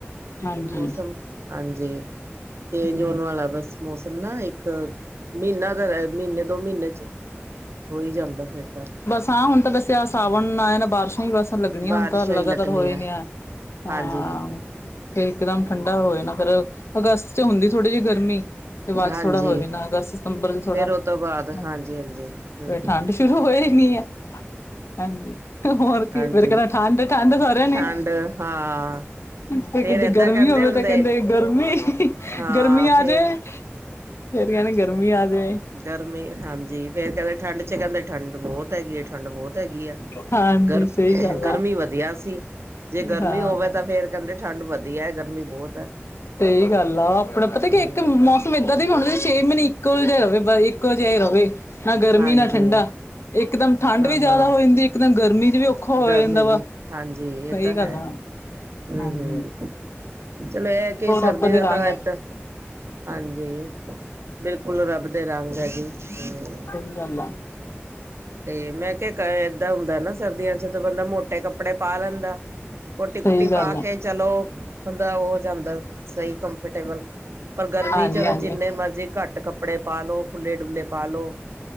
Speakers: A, on the left; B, on the right.
A: ਹਾਂਜੀ
B: ਹੁਣ ਮੌਸਮ ਹਾਂਜੀ ਚੇਂਜ
A: ਹਮ
B: ਹੋਣ ਵਾਲਾ ਬਸ ਮੌਸਮ ਨਾ ਇੱਕ ਮਹੀਨਾ ਦਾ ਮਹੀਨੇ ਦੋ ਮਹੀਨੇ ਚ ਹੋ ਹੀ ਜਾਂਦਾ ਫਿਰ ਤਾਂ
A: ਸਾਹ ਹੁਣ ਤਾਂ ਵੈਸੇ ਆ ਸਾਵਣ ਨਾ ਨਾ ਬਾਰਸ਼ਾਂ ਹੀ ਬਸ ਲੱਗਣੀਆਂ
B: ਬਾਰਿਸ਼ਾਂ
A: ਹੁਣ ਤਾਂ ਲਗਾਤਾਰ
B: ਹੀ ਲੱਗਣੀਆਂ
A: ਹੋਏ ਨੇ ਆ ਹਾਂ
B: ਹਾਂਜੀ
A: ਫਿਰ ਇਕਦਮ
B: ਹਮ
A: ਠੰਡਾ ਹੋ ਜਾਣਾ ਫੇਰ ਅਗਸਤ ਚ ਹੁੰਦੀ ਥੋੜੀ ਜਿਹੀ ਗਰਮੀ ਤੇ ਬਾਅਦ
B: ਹਾਂਜੀ
A: ਚ ਥੋੜਾ ਹੋਏ ਨਾ ਅਗਸਤ ਸਤੰਬਰ ਚ ਥੋੜਾ
B: ਫੇਰ ਉਹ
A: ਹ
B: ਤੋਂ ਬਾਅਦ ਹਾਂਜੀ ਹਾਂਜੀ ਹਮ
A: ਫਿਰ ਠੰਡ
B: ਹਮ
A: ਸ਼ੁਰੂ ਹੋ ਜਾਣੀ ਆ ਹਾਂਜੀ ਹੋਰ ਕੀ
B: ਹਾਂਜੀ
A: ਫੇਰ ਕਹਿੰਦਾ ਠੰਡ ਠੰਢ ਸਾਰਿਆਂ ਨੇ
B: ਠੰਡ ਹਾਂ
A: ਫਿਰ
B: ਫੇਰ
A: ਕਿਤੇ
B: ਏਦਾਂ
A: ਗਰਮੀ
B: ਕਹਿੰਦੇ
A: ਹੋਵੇ
B: ਹੁੰਦੇ
A: ਤਾਂ ਕਹਿੰਦੇ ਗਰਮੀ
B: ਹਾਂ
A: ਗਰਮੀ ਆ
B: ਫੇਰ
A: ਜਾਏ ਫੇਰ ਕਹਿਣਗੇ ਗਰਮੀ ਆ ਜਾਏ
B: ਗਰਮੀ ਹਾਂਜੀ ਫੇਰ ਕਹਿੰਦੇ ਠੰਡ ਚ ਕਹਿੰਦੇ ਠੰਡ ਬਹੁਤ ਹੈਗੀ ਆ ਠੰਡ ਬਹੁਤ ਹੈਗੀ ਆ।
A: ਹਾਂਜੀ
B: ਗਰ
A: ਸਹੀ ਗੱਲ
B: ਗਰਮੀ
A: ਆ
B: ਵਧੀਆ ਸੀ ਜੇ ਗਰਮੀ
A: ਹਾਂ
B: ਹੋਵੇ ਤਾਂ ਫੇਰ ਕਹਿੰਦੇ ਠੰਡ ਵਧੀਆ ਗਰਮੀ ਬਹੁਤ ਹੈ।
A: ਸਹੀ ਗੱਲ ਆ ਆਪਣਾ ਪਤਾ ਕੀ
B: ਹਮ
A: ਇੱਕ ਮੌਸਮਏਦਾਂ ਦਾ ਵੀ ਹੁਣ ਛੇ ਮਹੀਨੇ ਕੂਲਡ ਰਵੇ ਇੱਕੋ ਜਿਹਾ ਰਹੇ ਇੱਕੋ ਵ ਜਿਹਾ ਰਵੇ ਨਾ ਗਰਮੀ
B: ਹਾਂਜੀ
A: ਨਾ ਠੰਢਾ ਇਕਦਮ ਠੰਡ
B: ਹਾਂ
A: ਵੀ ਜ਼ਿਆਦਾ
B: ਹਾਂ
A: ਹੋ ਜਾਂਦੀ ਇੱਕਦਮ ਗਰਮੀ ਚ ਵੀ ਔਖ ਔਖਾ ਹੋ
B: ਗਰਮੀ
A: ਜਾਂਦਾ
B: ਵੀ
A: ਵਾ
B: ਹਾਂਜੀ ਇਹ
A: ਸਹੀ
B: ਤਾਂ
A: ਗੱਲ
B: ਹੈ
A: ਆ
B: ਹਮ
A: ਹਾਂਜੀ
B: ਹਮ ਚਲੋ ਇਹ ਕਿ ਸਰਦੀ
A: ਰੱਬ ਦੇ
B: ਦਾ
A: ਰੰਗ
B: ਤਾਂ ਏਦਾਂ ਹਾਂਜੀ ਬਿਲਕੁਲ ਰੱਬ ਦੇ ਰੰਗ ਹੈ ਜੀ ਹਮ
A: ਗ
B: ਤੇ ਮੈਂ ਕਿਹਾ ਏਦਾਂ ਹੁੰਦਾ ਨਾ ਸਰਦੀਆਂ ਚ ਤਾਂ ਬੰਦਾ ਮੋਟੇ ਕੱਪੜੇ ਪਾ ਲੈਂਦਾ। ਕੋਟੀ ਕੂਟੀ
A: ਸਹੀ ਗੱਲ
B: ਪਾ
A: ਆ
B: ਕੇ ਚਲੋ ਬੰਦਾ ਉਹ ਜਾਂਦਾ ਸਹੀ ਕੰਫਰਟੇਬਲ ਪਰ ਗਰਮੀ
A: ਹਾਂਜੀ
B: ਚ ਤਾਂ
A: ਹਾਂਜੀ
B: ਜਿੰਨੇ ਮਰਜ਼ੀ ਘੱਟ ਕੱਪੜੇ ਪਾ ਲਓ ਖੁੱਲ੍ਹੇ ਡੁੱਲੇ ਪਾ ਲੋ